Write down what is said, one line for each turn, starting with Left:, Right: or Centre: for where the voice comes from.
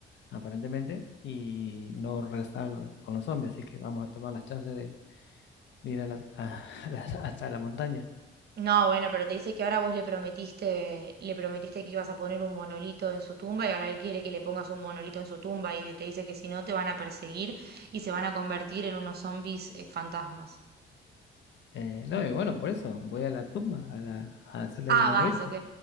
Left: aparentemente, y no regresar con los zombies, así que vamos a tomar las chances de ir a la- a- <laughs> a la- hasta la montaña.
Right: No, bueno, pero te dice que ahora vos le prometiste, le prometiste que ibas a poner un monolito en su tumba y ahora él quiere que le pongas un monolito en su tumba y te dice que si no te van a perseguir y se van a convertir en unos zombies eh, fantasmas.
Left: Eh, no, y bueno, por eso voy a la tumba, a, la, a hacerle
Right: Ah,
Left: el monolito
Right: vas, ok.